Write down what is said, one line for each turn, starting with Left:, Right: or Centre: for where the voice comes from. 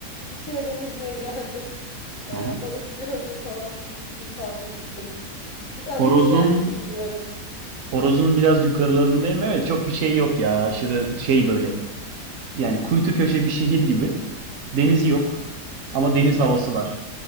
Left: Bir kere Denizli'ye geldim. Ee,
Right: Hı hı.
Left: horozu gördüm falan. Bir iki gün kaldım gittim. Bir daha
Right: Horozun
Left: da hiç gelmeyi düşünmüyorum.
Right: Horoz'un biraz yukarılarındayım. Evet çok bir şey yok ya. Aşırı şey böyle. Yani kuytu köşe bir şehir gibi. Denizi yok. Ama deniz havası var.